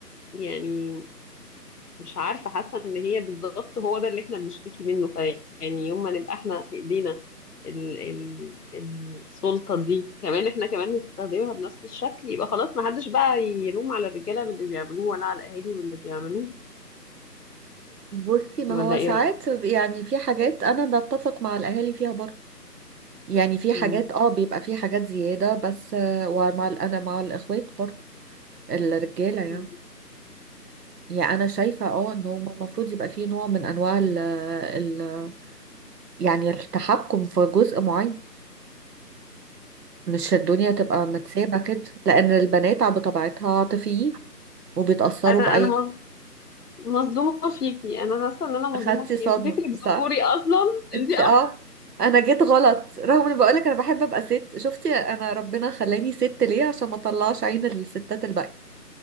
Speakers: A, on the left; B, on the right.
A: يعني مش عارفة حاسة ان هي بالظبط هو ده اللي احنا بنشتكي منه فيعني يوم ما نبقى احنا في ايدينا ال ال السلطة دي كمان احنا كمان نستخدمها بنفس الشكل يبقى خلاص ما حدش بقى يلوم على الرجالة باللي بيعملوه ولا على الاهالي واللي بيعملوه
B: بصي ما
A: ولا
B: هو
A: ايه
B: ساعات
A: رأيك؟
B: يعني في حاجات أنا بتفق مع الأهالي فيها برضه يعني في حاجات
A: <laughs> مم.
B: اه بيبقى في حاجات زيادة بس آه، ومع ال- أنا مع الإخوات برضه الرجالة يعني
A: مم.
B: يعني أنا شايفة اه إن هو المفروض يبقى فيه نوع من أنواع ال ال يعني التحكم في جزء معين مش الدنيا تبقى متسابة كده لأن البنات ع- بطبيعتها عاطفيين وبيتأثروا
A: انا
B: بأي
A: انا مظ-
B: حاجة.
A: مصدومة فيكي انا حاسة ان انا مصدومة
B: خدتي
A: فيكي
B: صدمة
A: انت فكرك
B: صح؟
A: ذكوري اصلا
B: انت
A: انت اه
B: اه انا جيت غلط رغم اني بقولك انا بحب ابقى ست شفتي انا ربنا خلاني ست ليه عشان ما اطلعش عين الستات الباقية